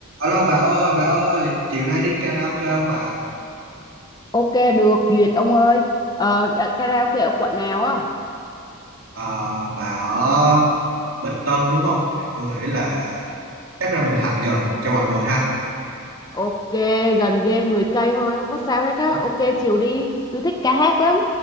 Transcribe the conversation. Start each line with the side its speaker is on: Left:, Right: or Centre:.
Right: Alo bà ơi, bà ơi, chiều nay đi karaoke không bà?
Left: Ok được duyệt ông ơi ờ, đã- karaoke ở quận nào á
Right: Ờ, bà ở Bình Tân đúng không? Thì tôi nghĩ là chắc ra Bình Thạnh gần cho mọi người ha.
Left: Ok gần ghê 10 cây thôi không có sao hết á
Right: Ủa?
Left: Ok chiều đi tôi thích ca hát lắm